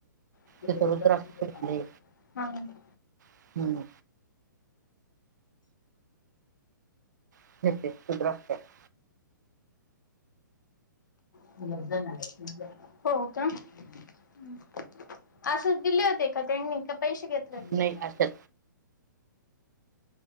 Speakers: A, on the left; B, on the right.
A: <unintelligible>
B: तिथं रुद्राक्ष भेटले
A: हां.
B: हम्म <unintelligible>
A: <unintelligible> हो का? हम्म. हम्म आसंच दिले होते का त्यांनी? का पैशे घेतलं होतं? नाहीं
B: नाही अशात
A: असच.